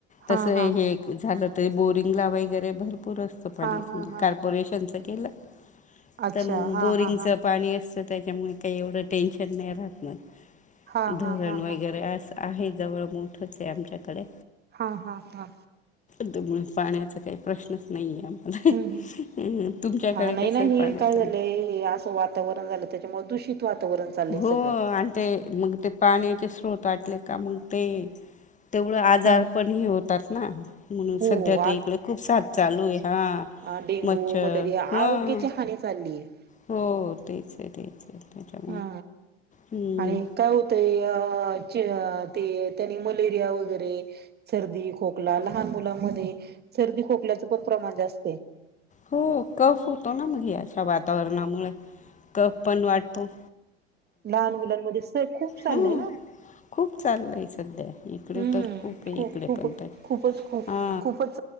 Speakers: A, on the right (about 30°); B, on the left (about 25°).
A: हा
B: तसं
A: हा
B: हे झालं ते बोरिंग ला वगैरे भरपूर असत पाणी
A: हा हा हा
B: कॉर्पोरेशन केलं.
A: अच्छा
B: तर मंग
A: हा
B: बोरिंगच
A: हा हा
B: पाणी असतं, त्याच्यामुळे काही एवढं टेन्शन नाही राहत मग.
A: हा
B: धरण
A: हा हा
B: वगैरे
A: हा
B: अस आहे, जवळ मोठच आहे आमच्याकडे.
A: हा हा हा!
B: त्यामुळे पाण्याचा काही प्रश्नच नाही आहे. आम्हाला
A: हूं हूं!
B: तुमच्याकडे
A: हा नाही,
B: कसं
A: नाही,
B: आहे पाण्याचा
A: हे काय झालंय असं वातावरण झालं त्याच्यामुळे दूषित वातावरण चाललंय
B: हो
A: सगळं.
B: आणि ते मग ते पाण्याचे स्रोत आटले का मग ते तेवढं आजार
A: हा.
B: पण हे होतात ना. म्हणून
A: हो
B: सध्या त इकड खूप साथ चालू आहे हा.
A: अ डेंगू
B: मच्छर
A: मलेरिया
B: हां
A: आरोग्याची हानी चालली आहे
B: हो तेच आहे तेच आहे
A: हा
B: हम्म
A: आणि काय होतंय अ ते त्यांनी मलेरिया वगैरे सर्दी खोकला लहान मुलांमध्ये सर्दी खोकल्याच पण प्रमाण जास्त आहे
B: हो कफ होतो ना मग अशा वातावरणामुळे कफ पण वाढतो
A: लहान मुलांमध्ये स खूप चाललंय
B: हां
A: ना
B: खूप चाललय सध्या इकडे
A: हम्म
B: तर खूप आहे इकडे
A: खूप
B: पण का
A: खूपच खूप
B: हा
A: खूपच